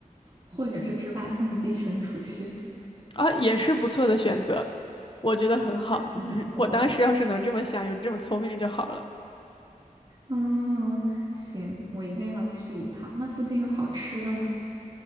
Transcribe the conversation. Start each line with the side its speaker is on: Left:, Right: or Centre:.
Right: 或者是只把相机伸出去，
Left: 啊，也是不错的选择，我觉得很好。
Right: 安全很多。
Left: <laughs> 我当时要是能这么想，有这么聪明就好了。
Right: 嗯，行，我一定要去一趟。那附近有好吃的吗？